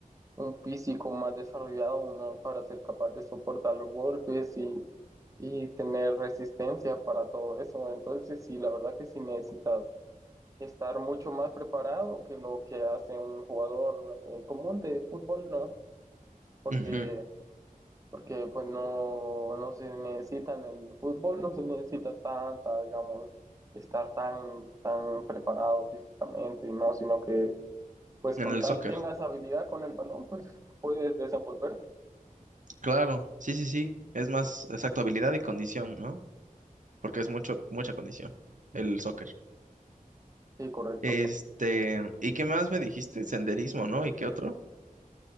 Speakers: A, on the right; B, on the right.
A: un físico más desarrollado, ¿no? Para ser capaz de soportar los golpes y, y tener resistencia para todo eso. Entonces, sí, la verdad que sí necesitas estar mucho más preparado que lo que hace un jugador eh, común de fútbol, ¿no? Porque
B: Ujú,
A: porque pues no, no se necesita en el fútbol, no se necesita tanta, digamos, estar tan, tan preparado físicamente, ¿no? Sino que pues
B: En
A: con
B: el
A: tal
B: soccer.
A: tengas habilidad con el balón, pues puedes desenvolverte.
B: Claro, sí, sí, sí. Es más, exacto, habilidad y condición, ¿no? Porque es mucho, mucha condición, el soccer.
A: Sí, correcto.
B: Este, ¿y qué más me dijiste? Senderismo, ¿no? ¿Y qué otro?